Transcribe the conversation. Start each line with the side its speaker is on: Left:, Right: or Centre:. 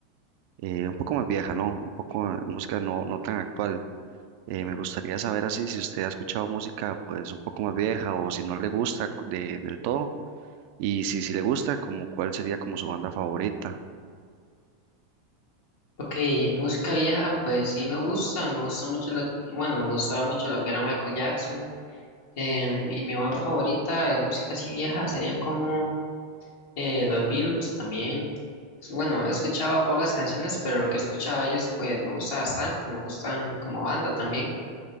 Right: eh, un poco más vieja, ¿no? Un poco de música no, no tan actual. Eh, me gustaría saber así si usted ha escuchado música pues un poco más vieja o si no le gusta de- del todo y si, si le gusta, como cuál sería como su banda favorita.
Left: Ok, música vieja, pues sí me gusta, me gusta mucho lo que- bueno, me gustaba mucho lo que era Michael Jackson, em, y mi banda favorita de música así vieja sería como eh, los Beatles también. S- Bueno, he escuchado pocas canciones, pero lo que he escuchado de ellos pues me gusta bastante, me gustan como banda también.